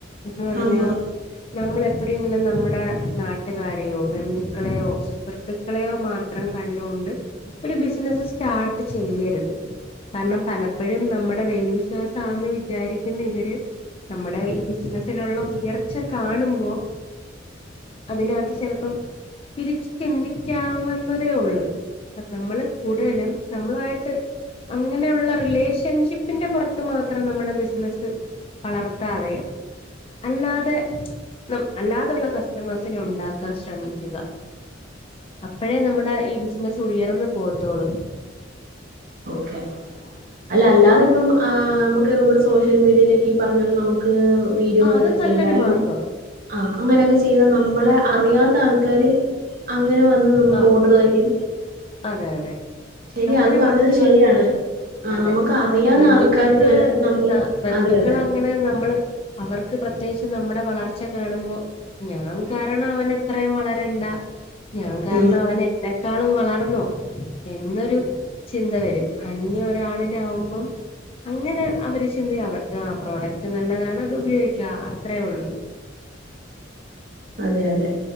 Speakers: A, on the left (about 30°); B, on the right (about 50°).
A: എന്ന് പറഞ്ഞ.
B: ആഹ് എന്തുവാ
A: നമ്മളെപ്പഴെങ്കിലും നമ്മുടെ നാട്ടുകാരെയോ ബന്ധുക്കളെയോ സുഹൃത്തു ക്കളെയോ മാത്രം കണ്ടോണ്ട് ഒരു ബിസിനസ്സ് സ്റ്റാർട്ട് ചെയ്യര് കാര്ണം പലപ്പഴും നമ്മടെ വെൽവിശ്വാസാന്ന് വിചാരിക്കുന്ന ഇവര്. നമ്മുടെ ഈ ബിസിനസിലുള്ള ഉയർച്ച കാണുമ്പോ അതിനകത്ത് ചെലപ്പം തിരിച്ച് ചിന്തിക്കാവുന്നതേ ഒള്ളൂ നമ്മള് കൂടുതലും നമ്മളായിട്ട് അങ്ങനെയുള്ള റിലേഷൻഷിപ്പിന്റെ പുറത്ത് മാത്രം നമ്മുടെ ബിസിനസ്സ് വളർത്താതെ അല്ലാതെ ന അല്ലാതെയുള്ള കസ്റ്റമേഴ്സിനെ ഉണ്ടാക്കാൻ ശ്രമിക്കുക അപ്പഴേ നമ്മുടെ ഈ ബിസിനസ്സ് ഉയർന്നു പോകത്തൊള്ളു
B: ഓക്കെ അല്ല അല്ലാതെ ഇപ്പം ആ നമുക്ക് നമ്മുടെ സോഷ്യൽ മീഡിയയിലേക്ക് പറഞ്ഞെ നമുക്ക് മുക് വീഡിയോസ്
A: ആ അത്
B: ഒക്കെ
A: നല്ലൊരു
B: ചെയ്താലും
A: മാർഗവാ
B: ആഹ് അങ്ങനെയൊക്കെ ചെയ്താൽ നമ്മളെ അറിയാത്ത ആൾക്കാർ അങ്ങനെ വന്ന് നമുക്ക്
A: ആ
B: ഓർഡർ തരും
A: അതെ അതെ
B: ശരി
A: അങ്ങനെ
B: അത് പറഞ്ഞത്
A: പറഞ്ഞു
B: ശരിയാണ്
A: പറഞ്ഞു
B: ആഹ്
A: അതെ
B: നമുക്ക് അറിയാവുന്ന
A: ബന്ധുക്കൾക്ക്
B: ആൾക്കാര് ചെലപ്പോ നമ്മള്
A: ന ബന്ധുക്കൾ
B: അതെ അതെ
A: അങ്ങനെ നമ്മള് അവർക്ക് പ്രത്യേകിച്ച് നമ്മുടെ വളർച്ച കാണുമ്പോ ഞാൻ കാരണം അവൻ അത്രയും വളരണ്ട ഞാൻ കാരണം
B: ഉം
A: അവൻ എന്നെക്കാളും വളർന്നോ എന്നൊരു ചിന്ത വരും അന്യ ഒരാളിനെ ആവുമ്പം അങ്ങനെ അവര് ചിന്തി അവർക്ക് ആ പ്രോഡക്ട് നല്ലതാണ് അത് ഉപയോഗിക്ക അത്രേ ഒള്ളൂ
B: അതെ അതെ